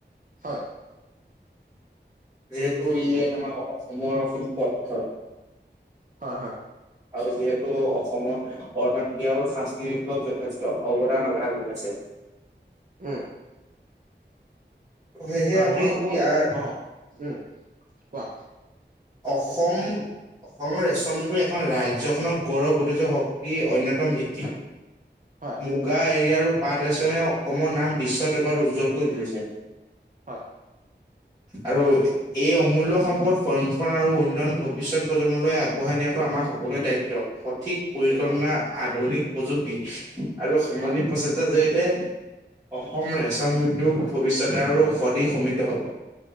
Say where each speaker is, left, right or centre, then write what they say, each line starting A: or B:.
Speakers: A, on the right (about 45°); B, on the right (about 15°).
A: হয়।
B: যিহেতু ই এক আমাৰ অসমৰ সম্পদ হয়।
A: হয় হয়।
B: আৰু যিহেতু অসমৰ অৰ্থনীতি আৰু সাংস্কৃতিৰ বিকাশত যথেষ্ট অৱদান আ আগবঢ়াইছে।
A: উম।
B: সেয়েহে
A: ত
B: আমি
A: মই ভাবো
B: ইয়াৰ
A: যে, অ উম। কোৱা
B: অসম অসমৰ ৰেচমটো এখন ৰাজ্যখনক গৌৰৱ ঐতিহ্য শক্তিৰ অন্যতম ভিত্তি।
A: হয়
B: মুগা, এৰি আৰু পাট ৰেচমে অসমৰ নাম বিশ্বত এবাৰ উজ্জ্বল কৰি তুলিছে।
A: হয়।
B: আৰু এই অমূল্য সম্পদ সংৰক্ষণ আৰু উন্নয়ন ভৱিষ্যত প্ৰজন্মলৈ আগবঢ়াই নিয়াটো আমাৰ সকলোৱে দায়িত্ব। স ঠিক পৰিকল্পনা,
A: একদম
B: আধুনিক প্ৰযুক্তি আৰু সমূলি
A: হয়
B: প্ৰচেষ্টা যে তে, অসম ৰেচম উদ্যোগ ভৱিষ্যতে আৰু অধিক সমৃদ্ধ হ'ব।